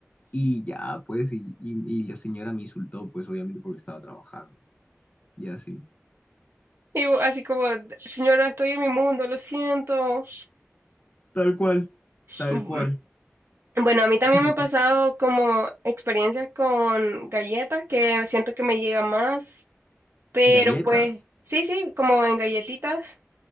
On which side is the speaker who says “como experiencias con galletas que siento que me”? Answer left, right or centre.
Right